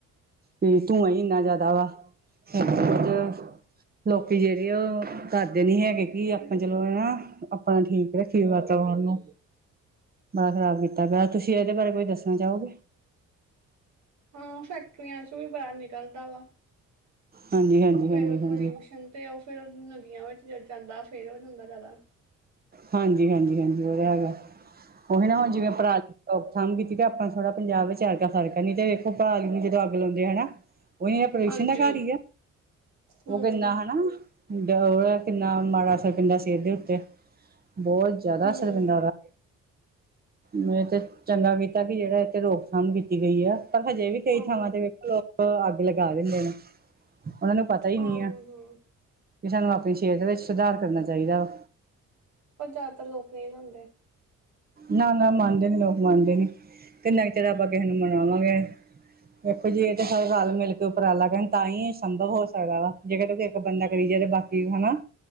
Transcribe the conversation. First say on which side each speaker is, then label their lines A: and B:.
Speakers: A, on the right; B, on the right.
A: ਹੁ ਧੂੰਆਂ ਹੀ ਇੰਨਾ ਜ਼ਿਆਦਾ ਵਾ ਕੁਝ, ਲੋਕੀ ਜਿਹੜੇ ਆ, ਉਹ ਕਰਦੇ ਨੀ ਹੈਗੇ, ਕਿ ਆਪਾਂ ਚਲੋ ਹੈ ਨਾ ਆਪਣਾ ਠੀਕ ਰੱਖੀਏ ਵਾਤਾਵਰਨ ਨੂੰ, ਬੜਾ ਖ਼ਰਾਬ ਕੀਤਾ ਪਿਆ ਤੁਸੀਂ ਇਹਦੇ ਬਾਰੇ ਕੁਈ ਦੱਸਣਾ ਚਾਹੋਗੇ
B: ਹਾਂ ਫੈਕਟਰੀਆਂ ਚੋ ਵੀ ਬਾਹਰ ਨਿਕਲਦਾ ਵਾ,
A: ਹਾਂਜੀ, ਹਾਂਜੀ।
B: ਫਿਰ
A: ਹਾਂਜੀ ਹਾਂਜੀ
B: ਪੋਲਿਊਸ਼ਨ ਤੇ ਉਹ ਫੇਿਰ ਨਦੀਆਂ ਵਿੱਚ ਚਲ ਜਾਂਦਾ, ਫਿਰ ਹੋ ਜਾਂਦਾ ਜ਼ਿਆਦਾ
A: ਹਾਂਜੀ-ਹਾਂਜੀ-ਹਾਂਜੀ ਓ ਤਾਂ ਹੈਗਾ ਉਹੀ ਨਾ
B: ਹਾਂਜੀ
A: ਹੁਣ ਜਿਵੇਂ ਪਰਾਲ ਰੋਕਥਾਮ ਕੀਤੀ ਤੇ ਆਪਾਂ ਥੋੜਾ ਪੰਜਾਬ ਵਿਚ ਐਰਕਾ ਫਰਕ ਨ ਤੇ ਵਖੋ ਪਰਾਲੀ ਨੂੰ ਜਦੋਂ ਅੱਗ ਲਾਉਂਦੇ ਹਨਾ। ਉਹੀ ਪਦਿਊਸ਼ਸ਼ਨ
B: ਹਾਂਜੀ
A: ਦਾ ਘਰ ਹੀ ਆ
B: ਹੂੰ
A: ਓ ਕਿੰਨਾ ਹਨਾ ਓ ਕਿੰਨਾ ਮਾੜਾ ਅਸਰ ਪੈਂਦਾ ਸੀ ਇਹਦੇ ਉੱਤੇ ਬੋਤ ਜ਼ਿਆਦਾ
B: ਹੂੰ
A: ਅਸਰ ਪੈਂਦਾ ਉਹਦਾ ਮ ਤੇ ਚੰਗਾ ਕੀਤਾ ਕਿ ਜਿਹੜਾ ਇਥੇ ਰੋਕਥਾਮ ਕੀਤੀ ਗਈ ਆ ਪਰ ਹਜੇ ਵੀ ਕਈ
B: ਹਾਂ
A: ਥਾਵਾਂ ਤੇ <unintelligible> ਅੱਗ ਲਗਾ ਦਿੰਦੇ ਨੇ। ਉਹਨਾਂ ਨੂੰ ਪਤਾ ਹੀ
B: ਹਾਂ
A: ਨਹੀਂ
B: ਹਾਂ
A: ਆ ਵੀ ਸਾਨੂੰ ਆਪਣੀ ਸਿਹਤ ਵਿੱਚ ਸੁਧਾਰ ਕਰਨਾ ਚਾਹੀਦਾ ਵਾ।
B: ਪਰ ਜ਼ਿਆਦਾਤਰ ਲੋਕ ਨਹੀਂ ਦਿੰਦੇ।
A: ਨਾ-ਨਾ ਮੰਨਦੇ ਨੀ ਲੋਕ ਮੰਨਦੇ ਨੀ ਕਿੰਨਾ ਕੁ ਚਿਰ ਆਪਾਂ ਕਿਸੇ ਨੂੰ ਮਨਾਵਾਂਗੇ ਦੇਖੋ ਜੀ ਇਹ ਸ ਰਲ ਮਿਲ ਕੇ ਉਪਰਾਲਾ ਕਰਨ ਤਾਂ ਹੀ ਸੰਭਵ ਹੋ ਸਕਦਾ ਵਾ ਜੇਕਰ ਕਹੇ ਇੱਕ ਬੰਦਾ ਕਰੀ ਜੇ ਤੇ ਬਾਕੀ ਕੀ ਹਨਾ